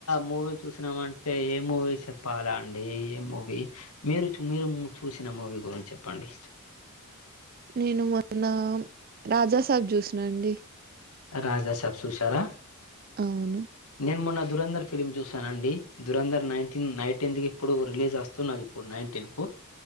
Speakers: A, on the left (about 80°); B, on the right (about 40°).
A: మూవీ చూసినామంటే ఏ మూవీ చెప్పాలా అండి ఏ మూవీ మూవీ మీరు మీరు చూసిన మూవీ గురించి చెప్పండి
B: నేను మొన్న రాజాసబ్ చూసిన అండి
A: రాజా సబ్ చూసారా
B: అవును
A: నేను మొన్న దురంధర్ ఫిల్మ్ చూసానండి దురంధర్ నైన్టీన్ నైన్ టెన్త్ కి ఇప్పుడు రిలీజ్ వస్తున్నాది ఇప్పుడు నైన్ టెన్ కు